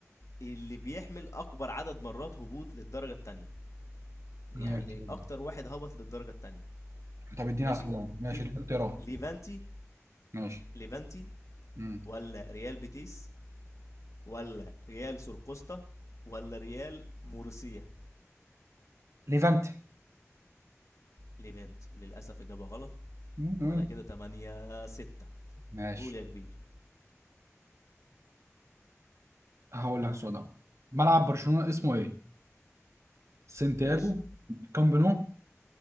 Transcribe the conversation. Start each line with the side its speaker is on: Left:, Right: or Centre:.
Left: اللي بيحمل أكبر عدد مرات هبوط للدرجة التانية يعني
Right: ماشي.
Left: أكتر واحد هبط للدرجة التانية
Right: طب اديني
Left: ماشي
Right: اسئله ماشي
Left: في
Right: اديني اختيارات
Left: ليفانتي
Right: ماشي
Left: ليفانتي
Right: مم.
Left: ولا ريال بيتيس ولا ريال سرقسطة ولا ريال مورسية
Right: ليفانتي
Left: ليفانتي للأسف إجابة غلط
Right: مم.
Left: وأنا كده تمانية ستة
Right: ماشي
Left: قول يا كبير
Right: هقول لك سؤال أهو. ملعب برشلونه اسمه ايه؟ سانتياجو
Left: ماشي
Right: كامب نو